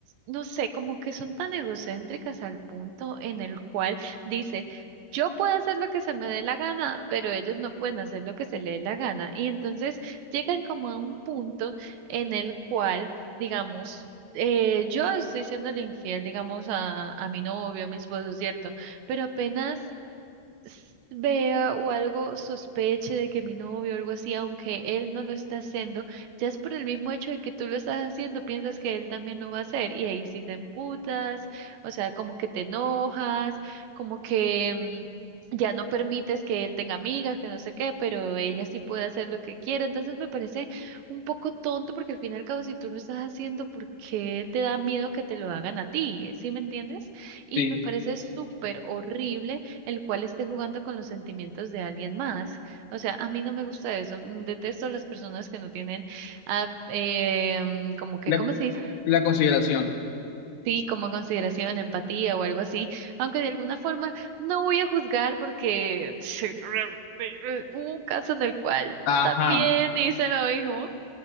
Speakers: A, on the right (about 80°); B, on the left (about 80°).
A: no sé, como que son tan egocéntricas al punto en el cual dice, yo puedo hacer lo que se me dé la gana, pero ellos no pueden hacer lo que se les dé la gana. Y entonces llegan como a un punto en el cual, digamos, eh, yo estoy siendo infiel, digamos, a, a mi novio, a mi esposo, ¿cierto? Pero apenas s- vea o algo sospeche de que mi novio o algo así, aunque él no lo está haciendo, ya es por el mismo hecho de que tú lo estás haciendo, piensas que él también lo va a hacer y ahí sí te emputas, o sea, como que te enojas, como que mm, ya no permites que él tenga amigas, que no sé qué, pero ella sí puede hacer lo que quiera, entonces me parece un poco tonto porque al fin y al cabo si tú lo estás haciendo, ¿por qué te da miedo que te lo hagan a ti? ¿Sí me entiendes? Y
B: Sí,
A: me parece súper horrible el cual esté jugando con los sentimientos de alguien más. O sea, a mí no me gusta eso. Mm, Detesto a las personas que no tienen, ah, eh, mm, como que,
B: la,
A: ¿cómo se dice?
B: la consideración.
A: Sí, como consideración, empatía o algo así. Aunque de alguna forma no voy a juzgar porque <laughs> hubo un caso en el cual
B: Ajá,
A: también hice lo mismo.